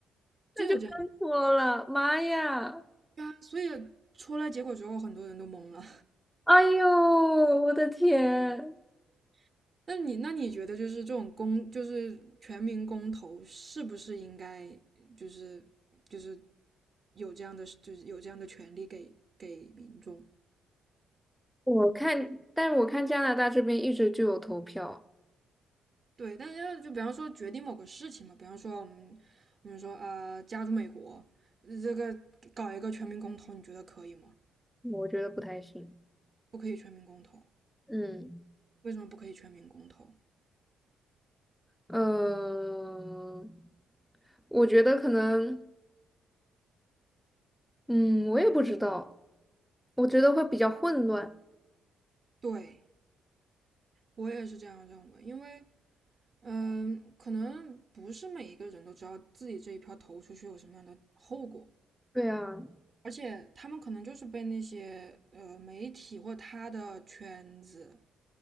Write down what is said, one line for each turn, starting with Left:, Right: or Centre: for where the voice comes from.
Centre: 那就真脱了，
Right: 真有这样的。
Centre: 妈呀！
Right: 对啊，出来结果之后，很多人都懵了。
Centre: 哎呦，我的天！
Right: <laughs> 那你那你觉得就是这种公，就是全民公投，是不是应该就是就是有这样的，就是有这样的权利给给民众？
Centre: 我看，但我看加拿大这边一直就有投票，
Right: 对，但是要就比方说决定某个事情嘛，比方说我们我们说啊、呃加入美国，这个搞一个全民公投，你觉得可以吗？
Centre: 我觉得不太行。
Right: 不可以全民公投，
Centre: 嗯，
Right: 为什么不可以全民公投？
Centre: 呃，我觉得可能，嗯，我也不知道，我觉得会比较混乱。
Right: 对我也是这样认为，因为嗯，可能不是每一个人都知道自己这一票投出去有什么样的后果，
Centre: 对啊，
Right: 而且他们可能就是被那些呃媒体或他的圈子